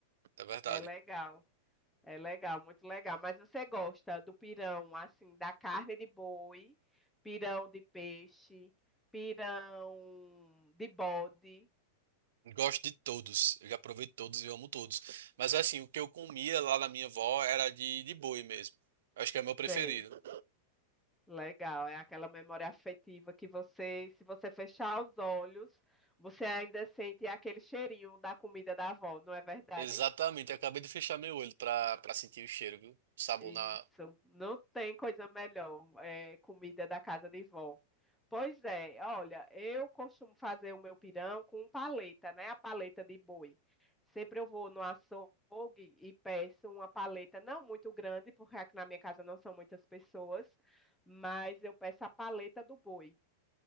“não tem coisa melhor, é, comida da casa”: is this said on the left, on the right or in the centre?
Centre